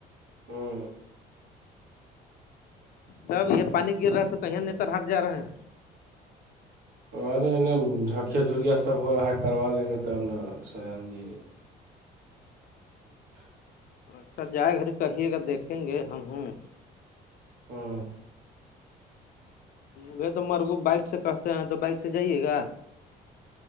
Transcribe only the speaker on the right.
ہوں
اور ارے جھکیا جھریا سب ہو رہا ہے کروا لیں گے ت ہم نا سام جی <unintelligible>
ہوں